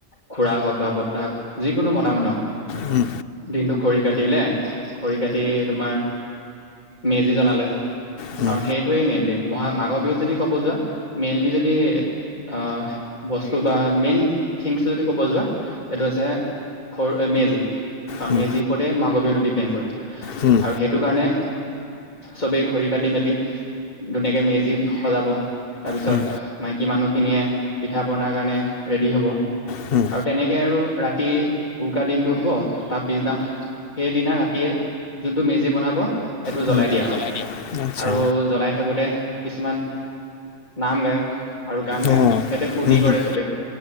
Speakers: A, on the left (about 40°); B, on the left (about 55°).
A: খুৰা হওক বা বৰ্তা হওক যিকোনো মতা মানুহ,
B: হুম
A: দিনটো খৰি কাটিলে খৰি কাটি তোমাৰ মেজি জনালে।
B: হুম,
A: কাৰণ সেইটোৱে মেইন দেই মা মাঘৰ বিহুত যদি ক'ব যোৱা মেইনলি যদি আহ বস্তু বা মেইন থিং যদি ক'ব যোৱা সেইটো আ হৈছে, খৰি মেজি কাৰণ
B: হুম,
A: মেজিৰ ওপৰতে মাঘ বিহুটো ডিপেণ্ড কৰে।
B: হুম,
A: আৰু সেইটো কাৰণে চবেই খৰি কাটি মেলি ধুনীয়াকে মেজি সজাব। তাৰপিছত
B: হুম,
A: মাইকী মানুহখিনিয়ে পিঠা পনাৰ কাৰণে ৰেডি হ'ব।
B: হুম
A: আৰু তেনেকে আৰু ৰাতি উৰুকা দিনটো হব, তাৰ পিছদিনা, সেইদিনা ৰাতিয়ে যোনটো মেজি বনাব সেইটো
B: হুম
A: জ্বলাই দিয়া হয়।
B: আচ্ছা
A: আৰু জ্বলাই থাকোতে কিছুমান নাম গাই। আৰু গান গাই
B: ও
A: সিহঁতে ফূুৰ্তি
B: হুম, হুম,
A: কৰে চবে।